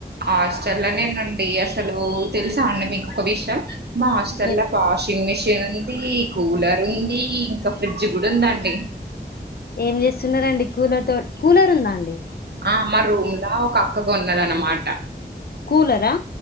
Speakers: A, on the right; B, on the left.
A: హాస్టల్ లోనేనండి అసలు తెలుసా అండి మీకు ఒక విషయం. మా హాస్టల్లా
B: ఏం
A: వాషింగ్ మిషిన్ ఉంది కూలర్ ఉంది ఇంకా ఫ్రిడ్జ్ కూడా ఉందాండి
B: ఏం చేస్తున్నారండి కూలర్ తో కూలర్ ఉందా అండి
A: ఆ మా రూమ్లా ఒక అక్క కొన్నదానమాట
B: కూలరా